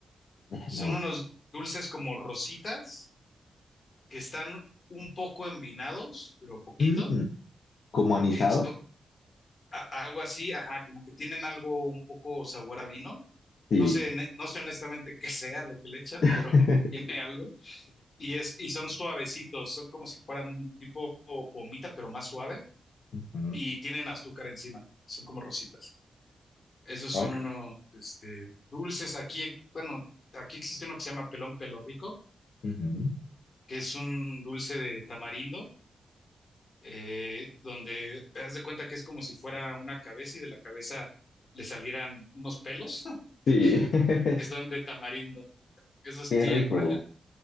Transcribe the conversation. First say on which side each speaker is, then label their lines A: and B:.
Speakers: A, on the left; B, on the left.
A: Eh,
B: Son
A: No,
B: unos
A: no sé.
B: dulces como rositas que están un poco envinados, pero poquito.
A: Mm, ¿como anisados?
B: Esto, a- algo así, ajá, como que tienen algo un poco sabor a vino.
A: Sí.
B: No sé, ne- no sé honestamente <laughs> qué sea lo que le echan,
A: <laughs>
B: pero <laughs> tiene algo. Y es, y son suavecitos, son como si fueran un tipo gomita, pero más suave,
A: Ujú.
B: y tienen azúcar encima. Son como rositas. Esos
A: Ah,
B: son
A: pero-
B: unos, este, dulces. Aquí, bueno, aquí existe uno que se llama pelón pelo rico,
A: ujú.
B: que es un dulce de tamarindo eh, donde te das de cuenta que es como si fuera una cabeza y de la cabeza le salieran unos pelos
A: Sí, <laughs>
B: <laughs> que están de tamarindo. ¿Eso sí
A: qué rico.
B: hay por allá?